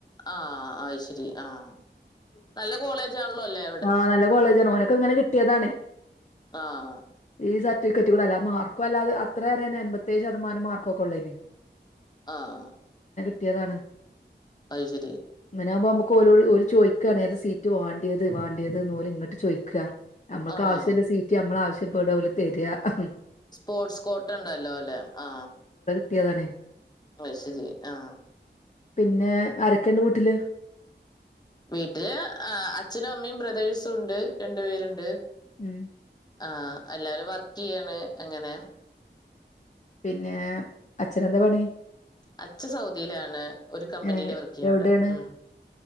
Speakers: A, on the left; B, on the left.
A: ആഹ് ആഹ് ശരി ആഹ് നല്ല കോളേജാണല്ലോലേ?
B: ആഹ് നല്ല കോളേജാണ് ഓനൊക്കെ ങ്ങനെ കിട്ടിയതാണേ
A: ആഹ്
B: ഈ സർട്ടിഫിക്കറ്റ് കൂടെല്ല മാർക്കും അല്ലാതെ അത്രേറെയന്നെ എമ്പപത്തേഴ് ശതമാന മാർക്കോക്കെ ള്ളേഞ്ഞി
A: ആഹ്
B: ട്ടിയതാണ്
A: അഹ് ശരി
B: ങ്ങനാഉമ്പോ അമക്ക് ഓരോ ഓല് ചോയ്ക്കാണ് ഏത് സീറ്റ് വാണ്ട്യത് വാണ്ട്യത് ന്ന് ഓല് ഇങ്ങട്ട് ചോയ്ക്ക. അമ്മക്ക്
A: ആഹ്
B: ആവ്ശ്യല്ല സീറ്റ് നമ്മളാവശ്യപ്പെട ഓല് തര് അ ഹ ഹ്
A: സ്പോർട്സ് കോട്ട്ണ്ടല്ലോ അല്ലെ ആ
B: ട്ട്യതാണ്.
A: വൈ ശരി ആ
B: പിന്നെ ആരെക്കണ്ട് വീട്ടില്?
A: വീട്ടില് ആ അച്ഛനും അമ്മയും ബ്രദേഴ്സുംണ്ട് രണ്ടു പേരുണ്ട്.
B: ഉം.
A: ആഹ എല്ലാരും വർക്ക് ചെയ്യാണ് അങ്ങനെ
B: പിന്നേ അച്ഛനന്താ പണി?
A: അച്ഛ സൗദിയിലാണ് ഒരു കമ്പനിയില്
B: ഏ
A: വർക്ക് ചെയ്യ
B: എവിടേണ്
A: അവിടെ ഉം.